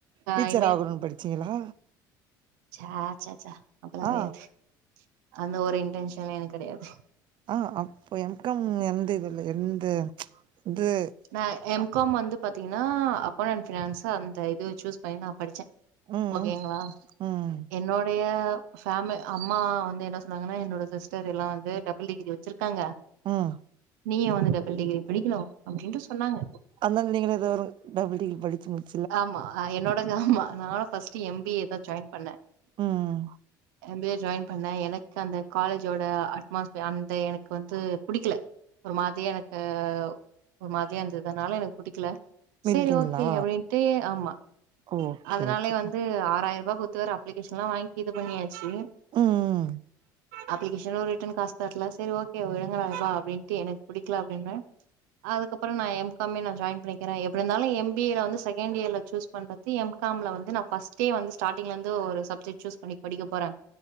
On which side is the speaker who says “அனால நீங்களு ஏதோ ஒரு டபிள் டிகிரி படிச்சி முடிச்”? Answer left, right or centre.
Right